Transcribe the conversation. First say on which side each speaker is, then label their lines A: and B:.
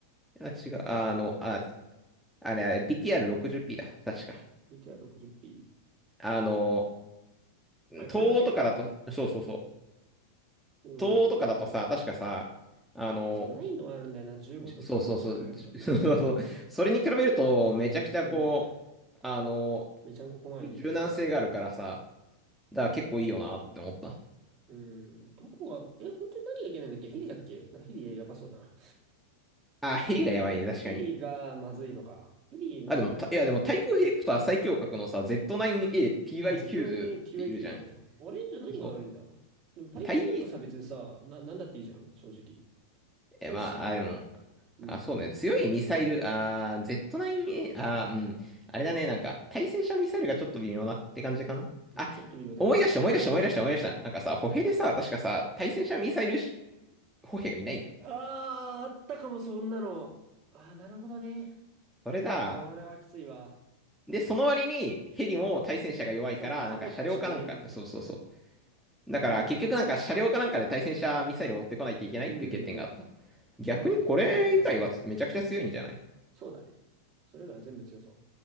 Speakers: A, in the centre; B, on the right.
A: いや、違う、あの、あ、あれ、あれ BTR60P だ、確か。
B: VTR60P?
A: あのー東欧とかだと、
B: あ、北朝鮮
A: そうそうそう、
B: うん。
A: 東欧とかだとさ、
B: い
A: 確かさ、あの
B: や、そう、ないのはあるんだよな。15とさ、
A: じ <laughs> そうそうそう。
B: 5しかなかったり。
A: じ <laughs> それに比べると、めちゃくちゃこう、
B: うん。
A: あの、
B: めちゃんここまで聞いて素晴らしい。
A: 柔軟性があるからさ、だから結構いいよなって思った。
B: うん。どこが、え、本当に何がいけないんだっけヘリだっけなヘリやばそうだな。
A: あ、ヘリがやばいね、確かに。
B: ヘリがまずいのか。ヘリは、
A: あ、でも、たいや、でも、対空ヘリコプター最強格のさ、Z9ATY90
B: あ、ずっとなりに
A: っているじゃん。
B: TYQ じゃんじゃん。あれじゃあ何が悪いんだ
A: そ
B: でも、対地なんかさ、
A: う。対、
B: 別にさ、な、なんだっていいじゃん、正直。
A: え、
B: 大して問題ない。
A: まあ、あ、でも、
B: うん。
A: あ、そうね、強いミサイル、あー、Z9A、あー、うん、あれだね、なんか、対戦車ミサイルがちょっと微妙なって感じかな。
B: まあ、
A: あ、
B: ちょっと微妙だけど、
A: 思い出した、思い出した、
B: 使えるでしょ。
A: 思い出した、思い出した。
B: うん。
A: なんかさ、歩兵でさ、確かさ、対戦車ミサイル歩兵がいないんだよ。
B: ああ、あったかも、そんなの。ああ、なるほどね。
A: それだ。
B: それはきついわ。
A: で、その割にヘリも対戦車が弱いから、
B: そうか、ファゴットしかいないんだっけ。
A: なんか車両かなんか、そうそうそう。だから結局なんか車両かなんかで対戦車ミサイルを持ってこないといけないっていう欠点があった。
B: うわー。うんうんうん。
A: 逆にこれ以外はめちゃくちゃ強いんじゃない
B: そうだね。そういえばそうだった。そうだね。それ以外は全部強そう。